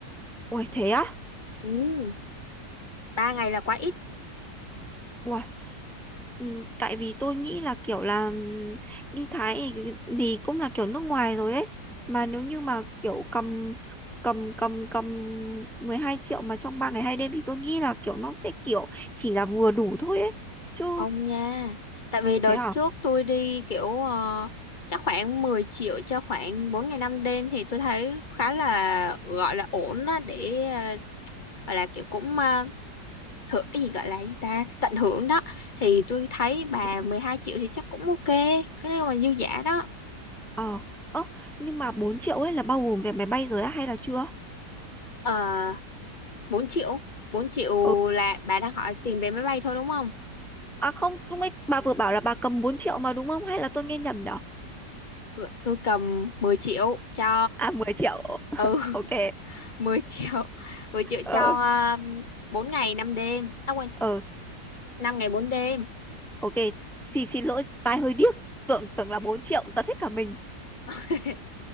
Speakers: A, in the centre; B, on the left (about 35°).
A: Ôi thế á?
B: Ừm, 3 ngày là quá ít
A: Ừ. Ừ, tại vì tôi nghĩ là kiểu là ừm, đi Thái thì, thì cũng là kiểu nước ngoài rồi ấy mà nếu như mà kiểu cầm cầm cầm cầm 12 triệu mà trong 3 ngày hai đêm thì tôi nghĩ là kiểu nó sẽ kiểu chỉ là vừa đủ thôi ấy chứ
B: Không nha. Tại vì đợt
A: thế à
B: trước tôi đi kiểu ờ, chắc khoảng 10 triệu cho khoảng 4 ngày 5 đêm thì tôi thấy khá là gọi là ổn đó để ờ, gọi là kiểu cũng uh, thử cái gì gọi là gì ta tận hưởng đó thì tôi thấy bà
A: Ừ.
B: 12 triệu thì chắc cũng ok cái này mà dư giả đó
A: ờ ơ nhưng mà 4 triệu ấy là bao gồm vé máy bay rồi á hay là chưa
B: uh, 4 triệu 4 triệu
A: ừ
B: là bà đang hỏi tiền vé máy bay thôi đúng không
A: à không lúc ấy bà vừa bảo là bà cầm 4 triệu mà đúng không hay là tôi nghe nhầm nhở
B: Ừ, tôi cầm 10 triệu cho
A: à mười triệu <laughs>
B: ừ
A: ok
B: mười triệu <laughs> 10 triệu
A: ờ
B: cho um, 4 ngày 5 đêm à quên
A: ờ
B: năm ngày bốn đêm
A: ok xin xin lỗi tai hơi điếc tưởng tưởng là bốn triệu giật hết cả mình
B: <laughs>